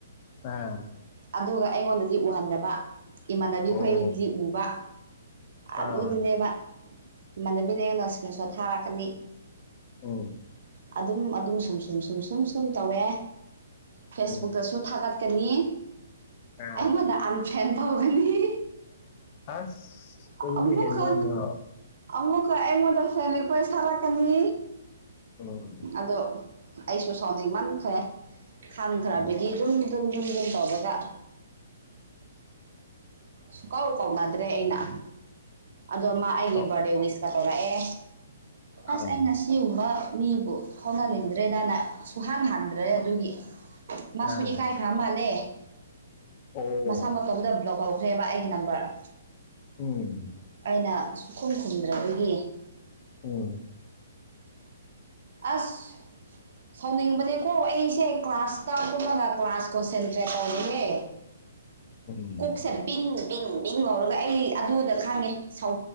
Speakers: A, on the left; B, on the right.
A: ꯑꯥ
B: ꯑꯗꯨꯒ ꯑꯩꯉꯣꯟꯗꯗꯤ ꯎꯍꯟꯗꯕ ꯏꯃꯥꯟꯅꯕꯤꯈꯣꯏꯗꯤ
A: ꯑꯣ
B: ꯎꯕ
A: ꯑꯥ
B: ꯑꯗꯨꯗꯤꯅꯦꯕ ꯏꯃꯥꯟꯅꯕꯤꯅ ꯑꯩꯉꯣꯟ ꯏꯁꯀ꯭ꯔꯤꯟ ꯁꯣꯠ ꯊꯥꯔꯛꯀꯅꯤ
A: ꯎꯝ
B: ꯑꯗꯨꯝ ꯑꯗꯨꯝ ꯁꯨꯝ ꯁꯨꯝ ꯁꯨꯝ ꯁꯨꯝ ꯁꯨꯝ ꯇꯧꯋꯦ ꯐꯦꯁꯕꯨꯛꯇꯁꯨ
A: ꯎꯝ
B: ꯊꯥꯒꯠꯀꯅꯤ
A: ꯑꯥ
B: ꯑꯩꯉꯣꯟꯗ ꯑꯟꯐ꯭ꯔꯦꯟ ꯇꯧꯒꯅꯤ
A: ꯑꯁ ꯑꯗꯨꯗꯤ
B: ꯑꯃꯨꯀ
A: ꯍꯦꯟꯃꯟꯗ꯭ꯔꯣ
B: ꯑꯃꯨꯀ ꯑꯩꯉꯣꯟꯗ ꯐꯦꯟ ꯔꯤꯀ꯭ꯋꯦꯁ ꯊꯥꯔꯛꯀꯅꯤ
A: ꯎꯝ
B: ꯑꯗꯣ ꯑꯩꯁꯨ ꯁꯥꯎꯅꯤꯡ ꯃꯟꯈ꯭ꯔꯦ ꯈꯟꯈ꯭ꯔꯕꯒꯤ
A: ꯎꯝ
B: ꯗꯨꯝ ꯗꯨꯝ ꯗꯨꯝ ꯗꯨꯝ ꯇꯧꯕꯒ ꯁꯨꯀꯥꯎ ꯀꯥꯎꯅꯗ꯭ꯔꯦ ꯑꯩꯅ ꯑꯗꯣ ꯃꯥ ꯑꯩꯒꯤ
A: ꯑꯣ
B: ꯕꯥꯔꯗꯦ ꯋꯤꯁꯀ ꯇꯧꯔꯛꯑꯦ ꯑꯁ
A: ꯑꯥ
B: ꯑꯩꯅ ꯁꯤꯒꯨꯝꯕ ꯃꯤꯕꯨ ꯐꯥꯎꯅꯅꯤꯡꯗ꯭ꯔꯦꯗꯥꯅ ꯁꯨꯍꯥꯟ ꯍꯟꯗ꯭ꯔꯦ ꯑꯗꯨꯒꯤ ꯃꯥꯁꯨꯨ
A: ꯑꯥ
B: ꯏꯀꯥꯏꯈ꯭ꯔ ꯃꯥꯜꯂꯦ
A: ꯑꯣ
B: ꯃꯁꯥ ꯃꯇꯣꯝꯗ ꯕ꯭ꯂꯣꯛ ꯇꯧꯈ꯭ꯔꯦꯕ ꯑꯩꯒꯤ ꯅꯝꯕꯔ
A: ꯎꯝ
B: ꯑꯩꯅ ꯁꯨꯈꯨꯝ ꯈꯨꯝꯗ꯭ꯔꯕꯒꯤ
A: ꯎꯝ
B: ꯑꯁ ꯁꯥꯎꯅꯤꯡꯕꯅꯦꯀꯣ ꯑꯩꯁꯦ ꯀ꯭ꯂꯥꯁꯇ ꯀꯨꯝꯃꯒ ꯀ꯭ꯂꯥꯁ ꯀꯣꯟꯁꯦꯟꯇ꯭ꯔꯦꯠ ꯇꯧꯋꯦꯍꯦ
A: ꯎꯝ
B: ꯀꯣꯛꯁꯦ ꯕꯤꯡ ꯄꯤꯡ ꯄꯤꯡ ꯂꯥꯎꯔꯒ ꯑꯩ ꯑꯗꯨꯗ ꯈꯪꯉꯦ ꯁꯧ